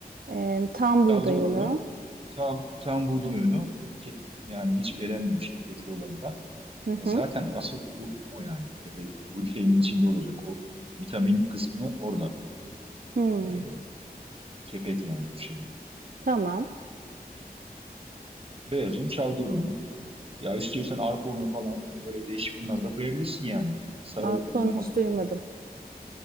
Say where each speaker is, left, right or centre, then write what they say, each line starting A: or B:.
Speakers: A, on the right; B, on the right.
A: Ee, tam buğday
B: Calderon'un
A: unu.
B: tam, tam buğday unu kep, yani hiç elenmemiş kepekli olanından.
A: Hı
B: E
A: hı.
B: zaten asıl un o yani. Kepek, ruj şeyimi içinde olacak. O vitamin kısmı orada.
A: Hmm,
B: E, kepek yani ruj şeyinde.
A: tamam.
B: Beyaz un, Calderon'u. Ya istiyorsan arpa unu falan böyle değişik unlar da koyabilirsin yani. Sarı
A: Arpa
B: un
A: onu
B: falan
A: hiç duymadım.